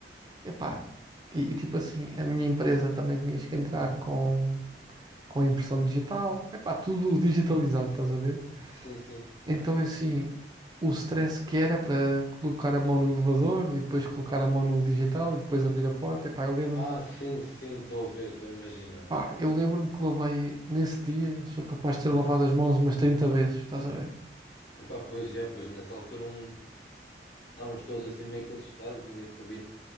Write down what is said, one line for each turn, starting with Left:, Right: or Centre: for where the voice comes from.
Right: Epá, e, e tipo assim, a minha empresa também tinhas que entrar com, com impressão digital. Epá, tudo digitalizado, estás a ver?
Left: Sim, sim.
Right: Então, assim, o stress que era para colocar a mão no elevador e depois colocar a mão no digital e depois abrir a porta, epá, eu lembro-me,
Left: Ah, sim, sim, estou a ver, estou a imaginar.
Right: pá, eu lembro-me que lavei nesse dia, sou capaz de ter lavado as mãos umas 30 vezes, estás a ver?
Left: Epá, pois já pois nessa altura um, estávamos todos assim meio que assustados, ninguém sabia.